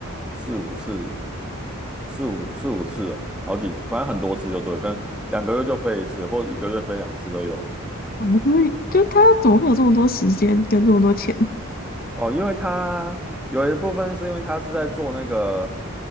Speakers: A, in the centre; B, on the left (about 40°).
A: 四五次，四五四五次哦，好几次，反正很多次就对，可能两个月就飞一次，或者一个月飞两次都有。
B: 啊，就是就他怎么会有这么多时间跟这么多钱？
A: 哦，因为他有一部分是因为他是在做那个